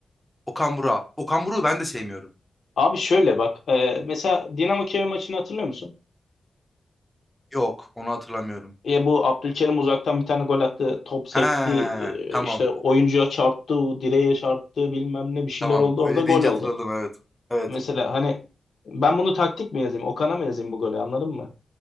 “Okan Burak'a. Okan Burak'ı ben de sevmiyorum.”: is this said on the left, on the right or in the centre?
Centre